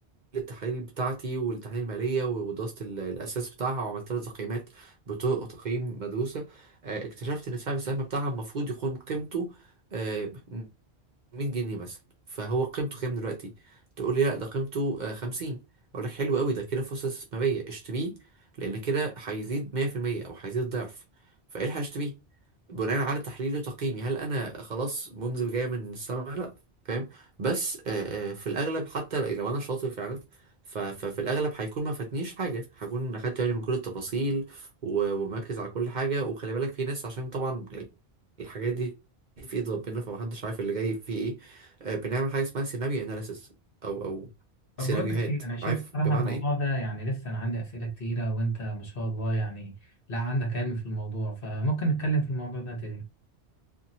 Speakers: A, on the right; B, on the left.
A: التحاليل بتاعتي والتحاليل المالية ودراسة ال- الأساس بتاعها وعملت لها تقييمات بطرق تقييم مدروسة آه، اكتشفت إن سعر السهم بتاعها المفروض يكون قيمته آه، 100 جنيه مثلا فهو قيمته كام دلوقتي تقول لي لا ده قيمته آه، 50 اقول لك حلو قوي ده كده فرصه استثماريه اشتريه لان كده هيزيد 100% او هيزيد ضعف فايه اللي هشتريه بناء على تحليلي وتقييمي هل انا خلاص منذ جاي من السما لا فاهم بس آه، آه، في الاغلب حتى لو انا شاطر فعلا ف- ففي الاغلب هيكون ما فاتنيش حاجه هكون اخدت بالي من كل التفاصيل و- ومركز على كل حاجه وخلي بالك في ناس عشان طبعا الحاجات دي في ايد ربنا فمحدش عارف اللي جاي فيه ايه آه، بنعمل حاجه اسمها سيناريو اناليسيس او او
B: طب
A: سيناريوهات
B: بقول لك ايه انا شايف
A: عارف
B: صراحة
A: بمعنى
B: الموضوع
A: ايه
B: ده يعني لسه انا عندي اسئلة كتيرة وانت ما شاء الله يعني لا عندك علم في الموضوع فممكن نتكلم في الموضوع ده تاني